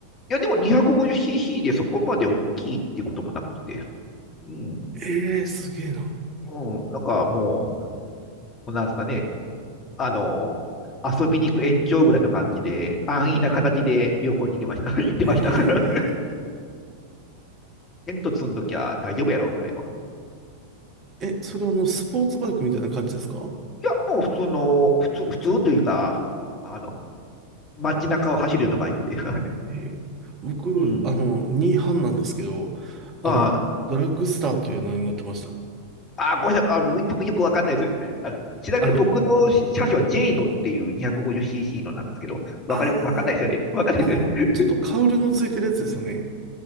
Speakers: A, on the left (about 25°); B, on the right (about 30°).
A: いや、でも 250cc でそこまで大きいってこともなくて。うん。
B: ええ、すげえな。
A: うん。なんかもう、なんですかね。あの、遊びに行く延長ぐらいの感じで、安易な形で旅行に行きました。<laughs> 行ってましたから。
B: え
A: テント積んどきゃ大丈夫やろうぐらいの。
B: え、え、それはあの、スポーツバイクみたいな感じですか
A: いや、もう普通の、普通、普通というか、あの、街中を走るようなバイクで。はい
B: ええ、僕、
A: うん。
B: あの、ニーハンなんですけど、あの、
A: <laughs> あ
B: ドラッグスターというのに乗ってました。
A: あ、あごめんなさい。あの、僕よくわかんないです。あの、ちなみに僕の車種はジェイドっていう
B: あの、
A: 250cc のなんですけど、
B: あ
A: わかれ、わかんないですよね。わかんないですよね。
B: あ、あの、ちょっとカウルのついてるやつですよね。